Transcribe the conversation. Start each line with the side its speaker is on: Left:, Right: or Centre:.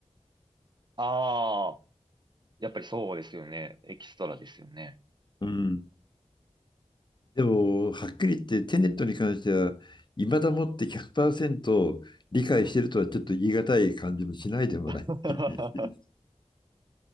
Right: ああ、やっぱりそうですよね。エキストラですよね。
Left: うん。でも、はっきり言ってテネットに関しては、いまだもって100%理解してるとはちょっと言い難い感じもしないでもない。
Right: <laughs>
Left: <laughs>